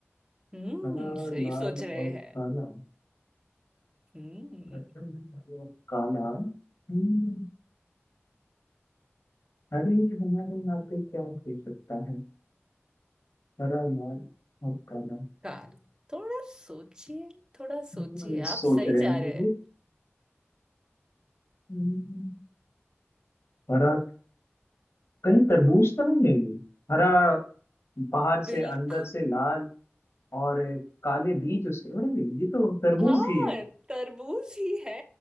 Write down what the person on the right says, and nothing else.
हम्म
सही
सोच रहे
हैं
हम्म
काल थोड़ा सोचिए थोड़ा सोचिए
आप सही
जा
रहे
हैं
बिल्कुल
हाँ
तरबूज ही है